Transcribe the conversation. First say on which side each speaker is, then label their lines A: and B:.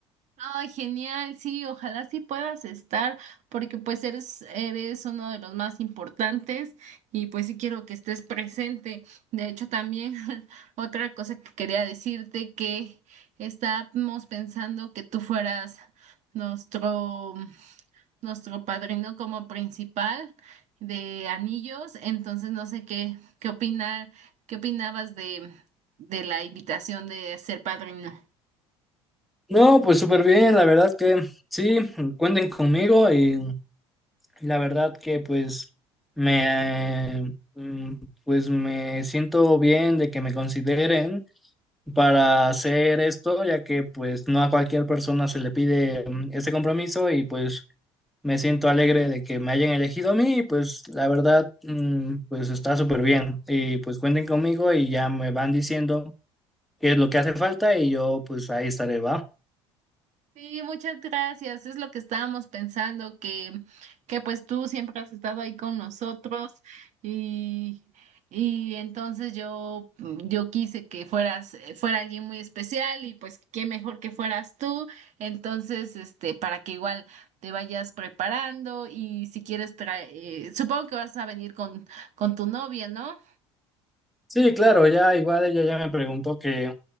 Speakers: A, on the right; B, in the centre.
A: Ay, genial, sí, ojalá sí puedas estar, porque pues eres, eres uno de los más importantes y pues sí quiero que estés presente. De hecho, también <laughs> otra cosa que quería decirte que estábamos pensando que tú fueras nuestro nuestro padrino como principal de anillos, entonces no sé qué, qué opinar, qué opinabas de, de la invitación de ser padrino.
B: No, pues súper bien, la verdad que sí, cuenten conmigo y la verdad que pues me, mm, pues me siento bien de que me consideren para hacer esto, ya que pues no a cualquier persona se le pide mm, este compromiso y pues me siento alegre de que me hayan elegido a mí y pues la verdad, mm, pues está súper bien. Y pues cuenten conmigo y ya me van diciendo qué es lo que hace falta y yo pues ahí estaré, ¿va?
A: Sí, muchas gracias. Es lo que estábamos pensando, que, que pues tú siempre has estado ahí con nosotros y, y entonces yo, yo quise que fueras, fuera alguien muy especial y pues qué mejor que fueras tú. Entonces, este, para que igual te vayas preparando y si quieres traer, supongo que vas a venir con, con tu novia, ¿no?
B: Sí, claro, ya igual ella ya me preguntó que